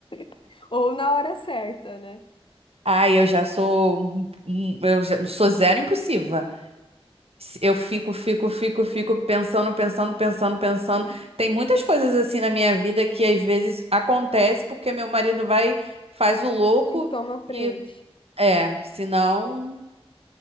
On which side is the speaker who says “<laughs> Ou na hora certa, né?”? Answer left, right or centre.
Left